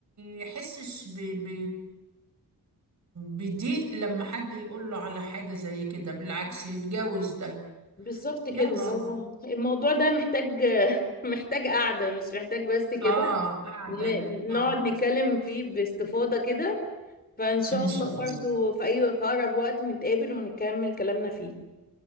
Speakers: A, on the right; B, on the left.
A: يحسش ب... ب... بضيق لما حد يقول له على حاجة زي كده بالعكس يتجاوز ده
B: بالظبط
A: يلا
B: كده
A: بالظبط
B: هو
A: رب
B: الموضوع ده محتاج <laughs> محتاج قعده مش محتاج بس كده
A: اه قاعدة
B: ن- نقعد
A: اه
B: نتكلم فيه باستفاضه كده فان شاء
A: ان
B: الله
A: شاء
B: برضو
A: الله
B: في اي في اقرب وقت نتقابل ونكمل كلامنا فيه